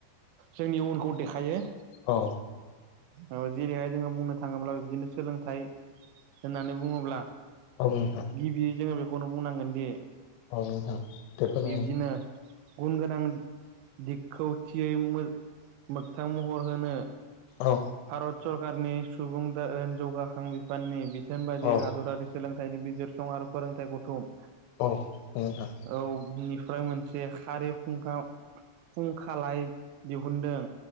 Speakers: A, on the right (about 80°); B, on the left (about 80°).
A: जोंनि इउनखौ देखायो
B: औ
A: औ जेरैहाय जोङो बुंनो थाङोब्ला बिदिनो सोलोंथाइ होननानै बुङोब्ला
B: नंगौ नोंथां
A: गिबि जोङो बेखौनो बुंनांगोन दि
B: औ नोंथां बेफोर नोंथां
A: बिबदिनो गुन गोनां दिखौ थियै मोगथां महर होनो
B: औ
A: भारत सरकारनि सुबुं जौगाखां बिफाननि बिथोन बायदि
B: औ
A: हादरारि सोलों थाइबिजिरसं आरो फोरोंथाइ गौथुम
B: औ नोंथां
A: औ बेनिफ्राय मोनसे ज खारै फुंखा फुंखालाय दिहुुनदों।